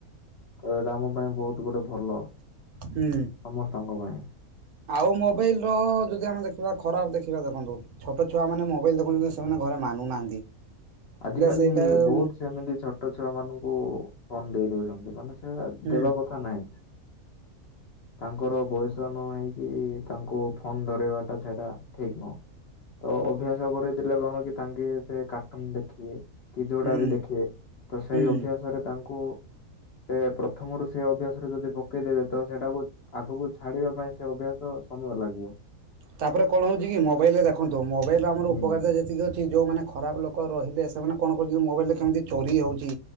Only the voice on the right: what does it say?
ହୁଁ।
ଆଉ ମୋବାଇଲ ର ଯଦି ଆମେ ଦେଖିବା ଖରାପ ଦେଖିବା ଦେଖନ୍ତୁ ଛୋଟ ଛୁଆ ମାନେ ମୋବାଇଲ ଦେଖଛନ୍ତି। ମାନୁନାହାନ୍ତି।
ସେଇଟା ହୁଁ
ହୁଁ
ହୁଁ
ହୁଁ।
ତାପରେ କଣ ହଉଛି କି ମୋବାଇଲ୍ ରେ ଦେଖନ୍ତୁ ମୋବାଇଲ୍ ରେ ଆମର
ଉପକାରିତା ଯେତିକି ଅଛି। ଯୋଉମାନେ ଖରାପ ଲୋକ ରହିଲେ ସେମାନେ କଣ କରୁଛନ୍ତି। ମୋବାଇଲ୍ ରେ କେମିତି ଚୋରି ହେଉଛି